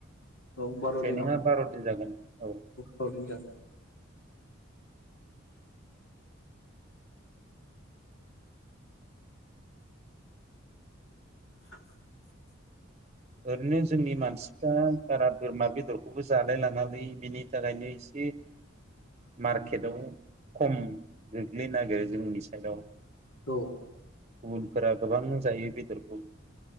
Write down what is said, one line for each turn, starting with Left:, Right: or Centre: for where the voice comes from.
Left: औ बार'
Right: ट्रेनिंया
Left: दिनाव
Right: बारदिन जागोन औ।
Left: बार' दिन जागोन <inaudible> <unintelligible> <inaudible>
Right: ओरैनो जोंनि मानसिफ्रा बारा बोरमा बेदरखौबो जालायलाङालै बिनि थाखायनो एसे मार्केटआव खम ग्लैनो नागिरो जोंनि साइडआव
Left: औ।
Right: गुबुनफोरा गोबां जायो बेदरखौ